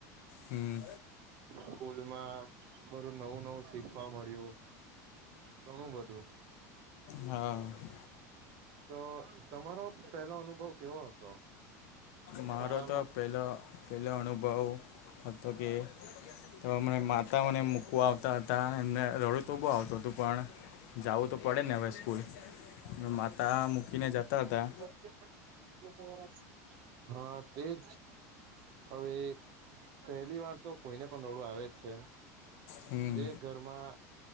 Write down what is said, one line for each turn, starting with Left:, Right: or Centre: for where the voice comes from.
Left: હમ
Right: સ્કૂલમાં ઘણું નવું નવું શીખવા મળ્યું. ઘણું બધું.
Left: હા
Right: તો તમારો પહેલો અનુભવ કેવો હતો.
Left: મારો
Right: શાળાનો
Left: તો પેલો પેલો અનુભવ હતો કે તો અમે માતાઓ ને મૂકવા આવતા હતા એમને રડો તો બહુ આવતું હતું પણ જાવું તો પડે ને હવે સ્કૂલ માતા મૂકીને જતાતા.
Right: <unintelligible> હ તેજ. હવે એક પહેલી વાર તો કોઈને પણ રડવું આવે જ છે
Left: હમ
Right: જે ઘરમાં